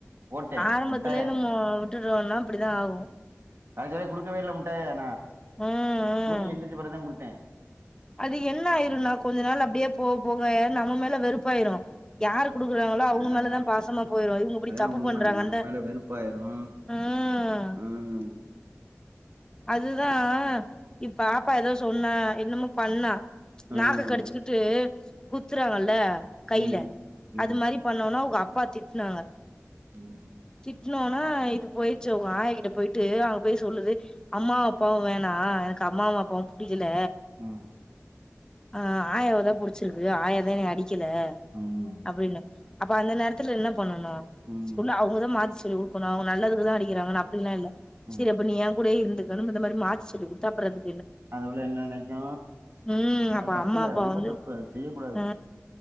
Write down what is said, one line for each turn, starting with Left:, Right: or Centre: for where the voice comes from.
Right: போட்டேன்
Left: ஆரம்பத்தில
Right: முட்டாய
Left: நம்மோ விட்டுட்டோன்னா அப்பிடிதா ஆகு
Right: கடைசிவர குடுக்கவே இல்ல முட்டாய நா
Left: ம் ம்
Right: தூங்கி எந்திரிச்ச பெறகுதா குடுத்தே
Left: அது என்ன ஆயிருன்னா கொஞ்ச நாள் அப்டியே போக போக நம்ம மேல வெறுப்பாயிரு யாரு குடுக்குறாங்களோ அவங்க
Right: ஆ,
Left: மேலதா பாசமா போயிரு இவங்க இப்பிடி
Right: அதான்
Left: தப்பு
Right: உண்மை
Left: பண்றாங்கன்னு
Right: நம்ம மேல வெறுப்பாயிரும்
Left: ம்
Right: ம்
Left: அதுதா இ பாப்பா எதோ சொன்னா என்னமோ பண்ணா
Right: ம்
Left: நாக்க கடிச்சுக்கிட்டு குத்துறாகல்ல கைல
Right: ம் ம்
Left: அது மாரி பண்ணவுன்னே அவங்க அ ப்பா திட்னாங்க
Right: ம்.
Left: திட்னவுன்னா இது போயிருச்சு அவங்க ஆயாகிட்ட போயிட்டு அங்க போய் சொல்லுது அம்மா அப்பாவு வேணா எனக்கு அம்மாவு அப்பாவு புடி க்கில
Right: ம்.
Left: ஆ ஆயாவதா புடிச்சிருக்கு ஆயாதா என்னய அடி க்கில
Right: ம்.
Left: அப்பிடின்னு அப்ப அந்த நேரத்துல என்ன பண்ணனு
Right: ம்.
Left: சொல்லு அவுங்கதா மாத்தி சொல்லி குடுக்கணு அவங்க நல்லதுக்குதா அடிக்கிறாங்கன்னு அப்பிடிலா இல்ல
Right: ம்.
Left: சேரி அப்ப நீ ஏன் கூடயே இருந்துரு தெனமு இந்த மாரி மாத்தி சொல்லி குடுத்தா அப்புற அது
Right: அந்த பிள்ள என்ன நெனைக்கு
Left: ம் அப்ப
Right: அது தப்புல்ல
Left: அம்மா அப்பா
Right: ரொம்ப
Left: வந்து
Right: தப்பு அத செய்ய கூடாது
Left: ஆ